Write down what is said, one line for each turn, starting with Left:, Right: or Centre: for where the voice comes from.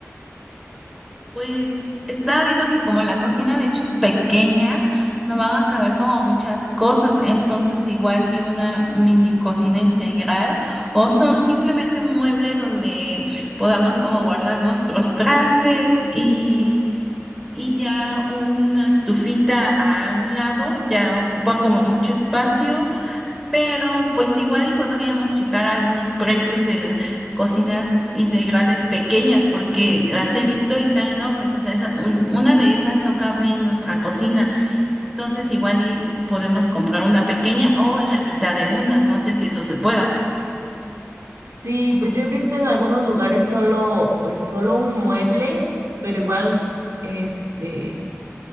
Centre: Pues está habido que como la cocina de hecho es pequeña, no van a caber como muchas cosas, entonces igual y una mini cocina integral o so- simplemente un mueble donde podamos como guardar nuestros trastes y, y ya una estufita a un lado ya ocupa como mucho espacio pero pues igual y podríamos checar algunos precios de cocinas integrales pequeñas, porque las he visto y están enormes, o sea, esa- un- una de esas no cabría en nuestra cocina, entonces igual y podemos comprar una pequeña o la mitad de una, no sé si eso se pueda.
Right: Sí, pues yo he visto en algunos lugares solo, pues solo un mueble, pero igual, este,